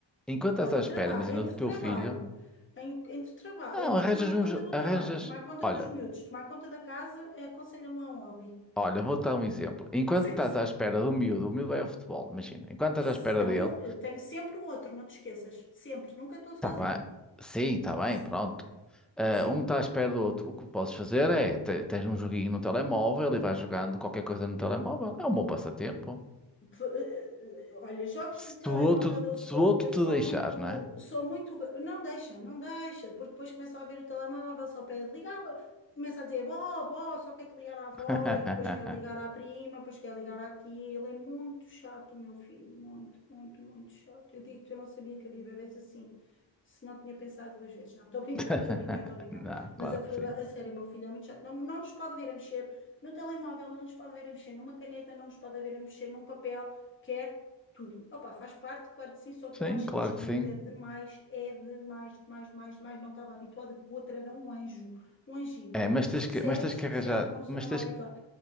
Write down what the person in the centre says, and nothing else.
enquanto
estás à espera,
imagina,
do teu
filho,
não,
arranjas
uns,
arranjas,
olha,
olha, vou-te dar um exemplo. Enquanto
estás
à espera do miúdo, o miúdo é o futebol, imagina, enquanto estás
à espera
dele,
está
bem, sim, está bem,
pronto. Ah,
um está à espera do outro, o que podes fazer é, te- tens um joguinho no telemóvel e vais jogando qualquer coisa no telemóvel, é um bom passatempo.
Se
o outro,
se
o outro
te
deixar,
não é?
<laughs>
<laughs>
Não, claro
que sim.
Sim,
claro
que
sim.
É, mas tens
que, mas tens que
arranjar,
mas
tens,
que-